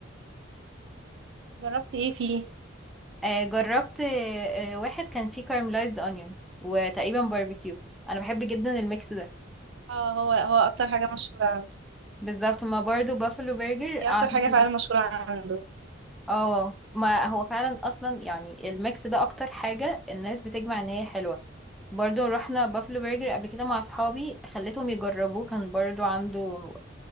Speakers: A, on the right; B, in the centre.
A: جربتي ايه فيه
B: آه، جربت آه، آه، واحد كان فيه كارملايزد اونيون وتقريبا باربيكيو انا بحب جدا الميكس ده
A: اه هو هو اكتر حاجة مشهورة عنده
B: بالظبط ما برضو بافلو برجر
A: دي
B: عنده
A: اكتر حاجة فعلا مشهورة عنده
B: اه ما هو فعلا اصلا يعني الميكس ده اكتر حاجة الناس بتجمع ان هي حلوة برضو رحنا بافلو برجر قبل كده مع اصحابي خليتهم يجربوه كان برضو عنده